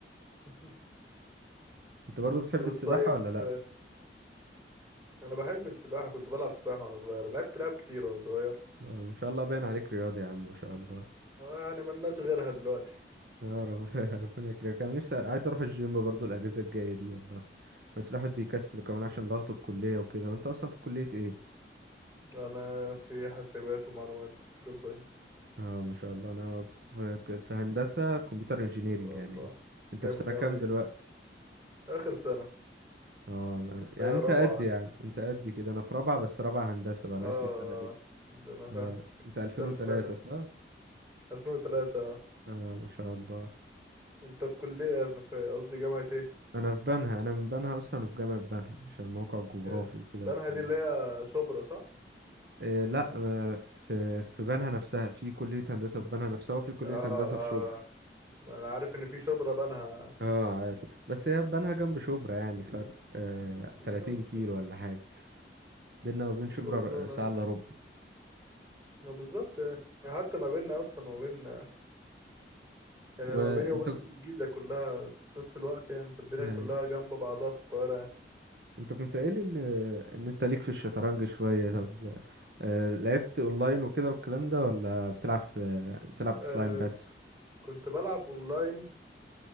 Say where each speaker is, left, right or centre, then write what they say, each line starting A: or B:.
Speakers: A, on the right (about 15°); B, on the right (about 60°).
A: <laughs>
B: أنت برضو بتحب
A: انت
B: السباحة
A: بتصيف
B: ولا لأ؟
A: آه، انا بحب السباحة كنت بلعب سباحة وانا صغير لعبت لعب كتير وانا صغير
B: آه، ما شاء الله باين عليك رياضي يا عم ما شاء الله
A: اه يعني ملناش غيرها دلوقتي
B: يا رب <laughs> ربنا يكرمك أنا نفسي عايز أروح الجيم برضو الأجازة الجاية دي والله بس الواحد بيكسل كمان
A: مم.
B: عشان ضغط الكلية وكده وانت اصلا في كلية ايه
A: انا في حاسبات ومعلومات كمبيوتر ساينس
B: اه ما شاء الله انا في, في هندسة كمبيوتر انجينيرينج
A: ما شاء
B: يعني
A: الله
B: انت
A: جامد
B: في سنة كام
A: أوي
B: دلوقتي
A: آخر سنة
B: اه يعني
A: ده
B: انت
A: رابعة
B: قد يعني انت قد كده انا في رابعة بس رابعة هندسة
A: آه
B: بقى ناقص
A: آه.
B: لي سنة لسه
A: آه. ده أنا فاهم
B: آه انت 2003
A: أنت في
B: صح
A: 2003 آه.
B: اه ما شاء الله
A: أنت في كلية في في- قصدي جامعة إيه؟
B: انا في بنها انا من بنها اصلا في جامعة بنها عشان الموقع الجغرافي
A: جا-
B: وكده
A: بنها
B: والكلام
A: دي اللي
B: ده
A: هي شبرا صح؟
B: آه لا ما في في بنها نفسها في كلية هندسة في بنها نفسها وفي كلية
A: آه
B: هندسة
A: آه
B: في شبرا
A: ما أنا عارف إن في شبرا بنها
B: اه عارف بس هي بنها جنب شبرا يعني فرق آه
A: مم، بالظبط
B: 30 كيلو
A: يعني
B: ولا حاجة بيننا وبين
A: برضه
B: شبرا
A: وصالة
B: ر- ساعة
A: يعني
B: الا ربع
A: ما بالظبط يعني حتى ما بيننا أصلا وما بين يعني
B: وانت
A: أنا ما بيني وبين الجيزة كلها في نفس الوقت يعني فالدنيا
B: آه،
A: كلها جنب بعضها في القاهرة يعني
B: انت كنت قايل ال- ان انت ليك في الشطرنج شوية طب آه لعبت اونلاين وكده والكلام ده ولا بتلعب في بتلعب اوفلاين
A: آه
B: بس
A: كنت بلعب أونلاين